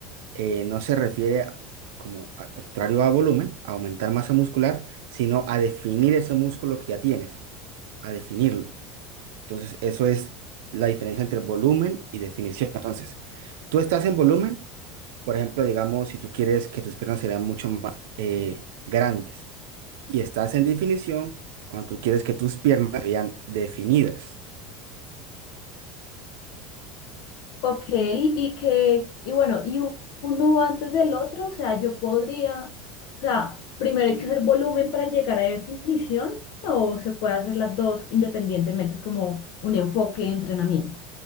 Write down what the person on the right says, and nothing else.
eh, no se refiere a- como a- al contrario a volumen, a aumentar masa muscular, sino a definir ese músculo que ya tienes, a definirlo. Entonces, eso es la diferencia entre volumen y definición. Entonces, tú estás en volumen, por ejemplo, digamos, si tú quieres que tus piernas se vean mucho más eh, grandes, y estás en definición cuando tú quieres que tus piernas se vean definidas.